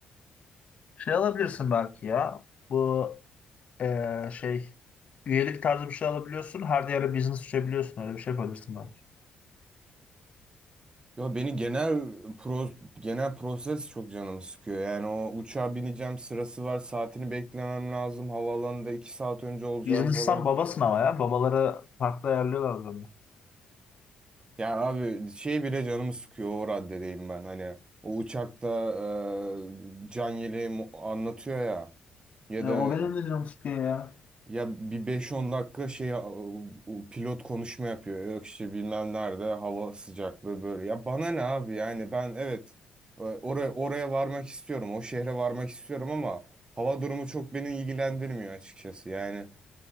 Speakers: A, on the left (about 50°); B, on the right (about 30°).
A: Şey alabilirsin belki ya. Bu Ee, şey üyelik tarzı bir şey alabiliyorsun. Her yere business açabiliyorsun. Öyle bir şey yapabilirsin belki.
B: Ya beni genel pro, genel proses çok canımı sıkıyor. Yani o uçağa bineceğim sırası var. Saatini beklemem lazım. Havaalanında iki saat önce olacağım
A: Business'tan
B: falan.
A: babasın ama ya. Babalara farklı ayarlıyorlar bunu.
B: Ya abi şey bile canımı sıkıyor o raddedeyim ben hani o uçakta e, can yeleği mu- anlatıyor ya ya
A: E,
B: da
A: o benim de canım sıkıyor ya.
B: ya bir beş on dakika şey e, o pilot konuşma yapıyor yok işte bilmem nerede hava sıcaklığı böyle ya bana ne abi yani ben evet e, oraya oraya varmak istiyorum o şehre varmak istiyorum ama hava durumu çok beni ilgilendirmiyor açıkçası yani